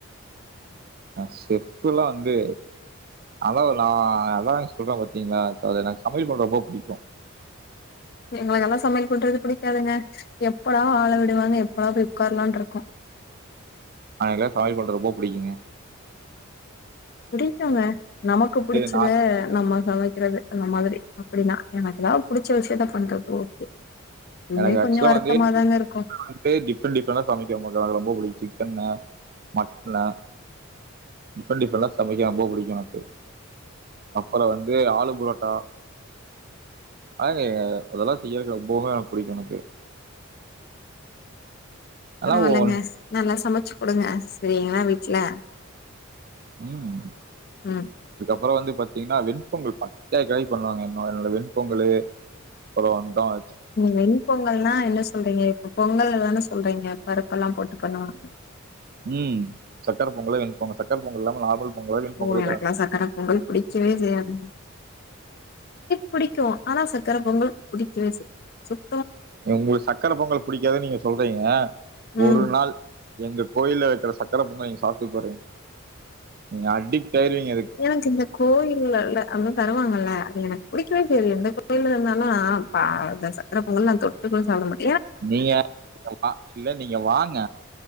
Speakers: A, on the right; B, on the left.
A: ஹ செப்ல்லாம் வந்து அதான் நான் அதான் சொல்றேன் பாத்தீங்களா எனக்கு சமையல் பண்றப்போ பிடிக்கும்
B: எங்களுக்கு எல்லாம் சமையல் பண்றது பிடிக்காதுங்க எப்படா ஆளை விடுவாங்க எப்படா போய் உட்காரலாம் இருக்கும்
A: அன எல்லாம் சமையல் பன்ன ரொம்ப பிடிக்குங்க
B: புடிக்குங்க நமக்கு புடிச்சது
A: நா
B: நமக்கு சமைக்கிறது அந்த மாதிரி அப்படின்னா எனக்கு ஏதாவது புடிச்ச விஷயத்த பண்றது ஓகே இன்னுமே
A: எனக்கு ஆக்சுவலா
B: கொஞ்சோ வருத்தமாதாங்க
A: வந்து
B: இருக்கு
A: வந்து டிஃப்ரெண்ட் டிஃப்ரெண்ட் சமைக்க எனக்கு ரொம்ப பிடிக்கும் சிக்கன்ன மட்ட டிஃப்ரெண்ட் டிஃப்ரெண்ட சமைக்கும் ரொம்ப பிடிக்கும் எனக்கு அப்புறம் வந்து ஆளு புரோட்டா அதெல்லாம் செய்யறக்கு ரொம்பவுமே என பிடிக்கும் எனக்கு
B: பரவாயில்ங்க
A: ஆனா ஒன்
B: <unintelligible> நல்லா சமைச்சு கொடுங்க சரிங்களா வீட்டுல
A: உஹம் <unintelligible>
B: உம்
A: அப்புறம் வந்து பார்த்தீங்கன்னா வெண்பொங்கல் பட்டா கெடை பண்ணுவாங்க இன்ன என்ன வெண்பொங்கு அப்புறம்ந்தான்
B: வெண்பொங்கல்னா என்ன சொல்றீங்க இப்போ பொங்கல்ல தானே சொல்றீங்க பருப்பெல்லாம் போட்டு பண்ணுவாங்க
A: உம் சக்கர பொங்கலப்பாங்க சக்கர பொங்கல் இல்லாம நார்மல் பொங்கலோ வெண்பொங்கலுங்கிறேன்.
B: ஓ எனக்குல்லாம் சக்கர பொங்கல் பிடிக்கவே செய்யாது பிடிக்கும் ஆனா சக்கர பொங்கல் புடிக்கவே செய் <unintelligible>
A: உங்களுக்கு சக்கரை பொங்கல் பிடிக்காதுன்னு நீங்க சொல்றீங்க
B: ம்
A: ஒரு நாள் எங்க கோயில்ல வைக்கிற சக்கர பொங்கல் நீங்க சாப்ட்டு பாருங்க நீங்க அடிக்ட் ஆயிருவீங்க அதுக்கு.
B: எனக்கு இந்த கோயில்ல ல அங்க தருவாங்க ல அது எனக்கு பிடிக்கவே செய்யாது எந்த கோயில இருந்தாலும் அ ப சக்கர பொங்கல் நான் தொட்டுக்கூட சாப்ட மாட்டேன்
A: நீங்க இல்ல நீங்க வாங்க